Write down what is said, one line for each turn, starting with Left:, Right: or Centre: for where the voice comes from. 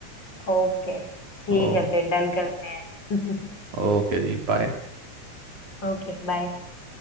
Left: ओके ठीक
Right: ओ
Left: है फिर डन करते हैं
Right: ओके जी बाय
Left: <laughs> Okay bye